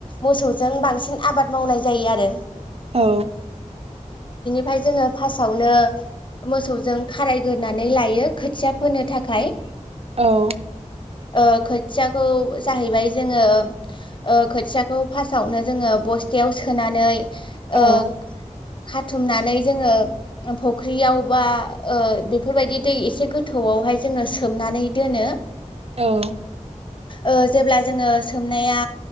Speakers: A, on the left; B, on the right.
A: मोसौजों बांसिन आबाद मावनाय जायो आरो
B: औ
A: फाय जोङो फासावनो मोसौजों खारायगोना नै लायो खोथिया फोनो थाखाय।
B: औ
A: ओ खोथियाखौ जाहैबाय जोङो ओ खोथियाखौ फासआवनो जोङो बस्थायाव सोनानै ओ
B: औ
A: खाथुमनानै जोङो फुख्रियाव बा ओ बेब फोरबायदि दै एसे गोथौआवहाय जोङो सोमनानै दोनो
B: औ
A: ओ जेब्ला जोङो सोमनाया